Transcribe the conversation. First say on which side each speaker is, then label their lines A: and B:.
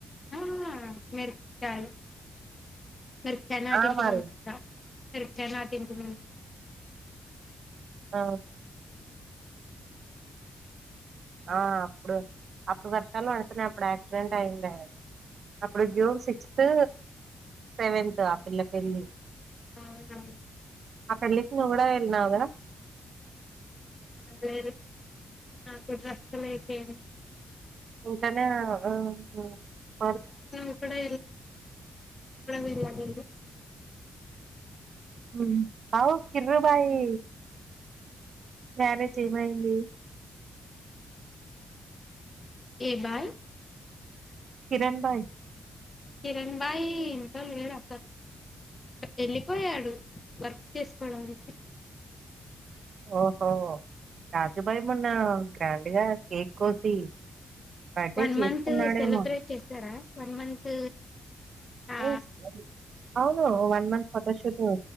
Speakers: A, on the left; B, on the right.
A: ఆ మీరు కారే <unintelligible> మాట
B: ఆ
A: ఇంటది
B: మరి
A: అనుకుంటా <unintelligible>
B: ఆ ఆ అప్పుడు అప్పుడు వర్షాలు పడుతున్నాయి అప్పుడు యాక్సిడెంట్ అయ్యుండే అప్పుడు జూన్ సిక్స్త్ సెవెన్త్ ఆ పిల్ల పెళ్ళి
A: అవునవును
B: ఆ పెల్ళకి <unintelligible> అవునా
A: లేదు నాకు డ్రస్సులు అయిపోయినయ్
B: ఇంట్లనే కదా ఆ ఉ
A: నా కూడా కూడా ఎదో <unintelligible> <unintelligible>
B: ఉ అవు కిర్రుభాయి మ్యారేజ్ ఏమైంది
A: ఏ బాల్
B: కిరణ్ బాయ్
A: కిరణ్ బాయి ఇంట్లో లేడు అసలు వెళ్ళిపోయాడు వర్క్ చేసుకోడానికి
B: ఓహో రాజుభాయి మొన్న గ్రాండ్గా కేక్ కోసి బర్త్డే
A: వన్
B: చేసుకున్నాడేమో
A: మంత్ సెలబ్రేట్ చేసారా వన్ మంత్ ఆ
B: ఎస్ అవును one month photoshoot